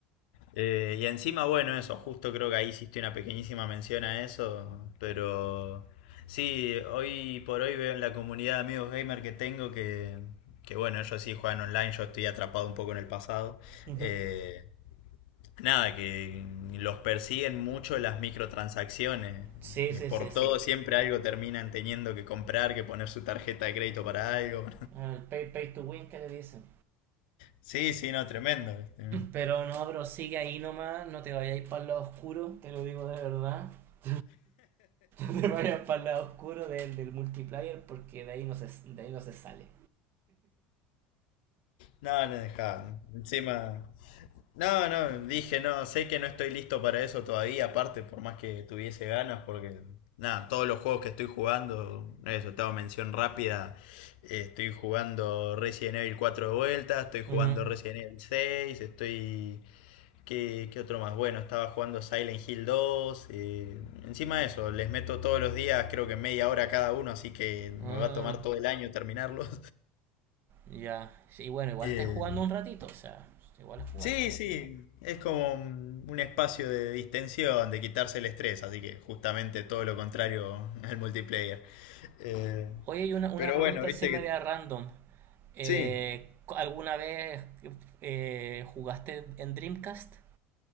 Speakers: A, on the left; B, on the right.
A: Eh, y encima, bueno, eso, justo creo que ahí hiciste una pequeñísima mención a eso, pero sí, hoy por hoy veo en la comunidad de amigos gamer que tengo que, que bueno, ellos sí juegan online, yo estoy atrapado un poco en el pasado.
B: Ujú.
A: Eh, nada, que los persiguen mucho las microtransacciones.
B: Sí, sí,
A: Por
B: sí, sí.
A: todo siempre algo terminan teniendo que comprar, que poner su tarjeta de crédito para algo.
B: Ah, El pay, pay to win que le dicen.
A: Sí, sí, no, tremendo. este,
B: Pero no, pero sigue ahí nomás, no te vayas para el lado oscuro, te lo digo de verdad. <laughs> No te vayas para el lado oscuro del, del multiplayer porque de ahí no se, de ahí no se sale.
A: No, no dejaba. Encima. No, no, dije, no, sé que no estoy listo para eso todavía, aparte, por más que tuviese ganas, porque. Nada, todos los juegos que estoy jugando, eso, te hago mención rápida. eh, Estoy jugando Resident Evil cuatro de vuelta, estoy jugando
B: Ujú.
A: Resident Evil seis, estoy. ¿Qué, qué otro más? Bueno, estaba jugando Silent Hill dos. eh, encima de eso, les meto todos los días, creo que media hora cada uno, así que me
B: Ah,
A: va a tomar todo el año terminarlos.
B: ya. Y bueno, igual
A: Eh,
B: estás jugando un ratito, o sea, igual la jugáis.
A: sí, sí, es como un un espacio de distensión, de quitarse el estrés, así que justamente todo lo contrario <laughs> al multiplayer. Eh,
B: Oye, hay una, una
A: pero
B: pregunta
A: bueno, viste
B: así media
A: que...
B: random. Eh,
A: Sí,
B: ¿alguna vez eh, jugaste en Dreamcast?